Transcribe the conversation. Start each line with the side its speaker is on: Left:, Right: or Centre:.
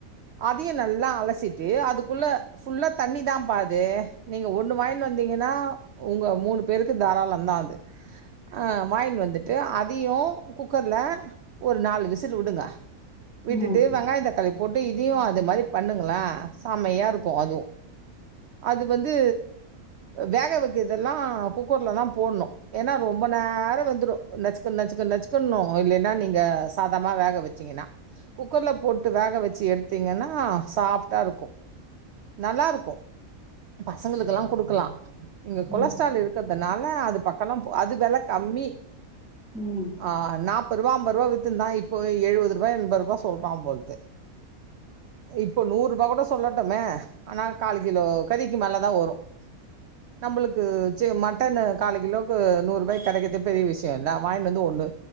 Right: அதையு நல்லா அலசிட்டு அதுக்குள்ள ஃபுல்லா தண்ணி தா பா அது நீங்க ஒன்னு வாய்னு வந்தீங்கன்னா உங்க மூணு பேருக்கு கு தாராளந்தா அது அ வாயிங்டு வந்துட்டு அதயு குக்கர்ல ஒரு நாலு விசிலு வுடுங்க விட்டுட்டு
Centre: ம்
Right: வெங்காயோ தக்காளி போட்டு இதயு அது மாரி பண்ணுங்களே செமையா இருக்கு அதுவு அது வந்து வேக வைக்குறதெல்லா குக் குக்கர்ல தா போட்ணு ஏனா ரொம்ப நேரோ வெந்துரு நச்சுக்க நச்சுக்க நச்சுக்குணு இல்லைன்னா நீங்க சாதாமா வேக வச்சீங்கன்னா குக்கர்ல போட் டு வேக வச்சு எடுத்தீங்கன்னா சாஃப்ட்டா இருக்கு நல்லா இருக்கு பசங்களுக்கெல்லா குடுக்கலா இங்க கொலஸ்ட்ரால்
Centre: ம்
Right: இருக்கிறதுனால அது பக்கலாம் போ அது வெல கம்மி
Centre: ம்
Right: ஆ நாப்பரூவா அம்பரூவா வித்ருந்தா இப்போ எழுவது ரூவா எண்பது ரூவா சொல்றா போல்து இப்போ நூற் ரூபா கூட சொல்லட்டுமே ஆனா கால் கிலோ கதிக்கு மேல தா வரும் நம்ளுக்கு சி மட்டனு காலு கிலோக்கு நூறு ரூபாய் கெடைக்றதே பெரிய விஷ்யோ இல்ல வாயின்டு வந்து ஒன்னு